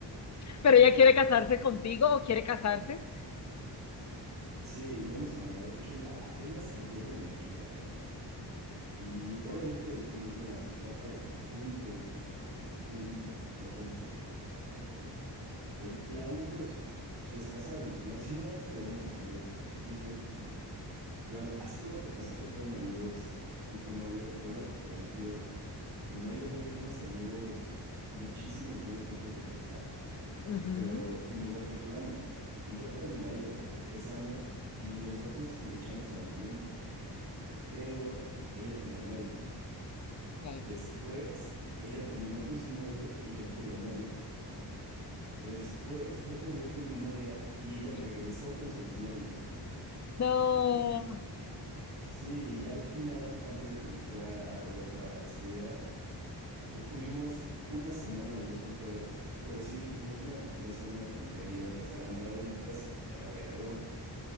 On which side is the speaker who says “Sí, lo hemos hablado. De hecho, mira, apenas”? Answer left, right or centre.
Right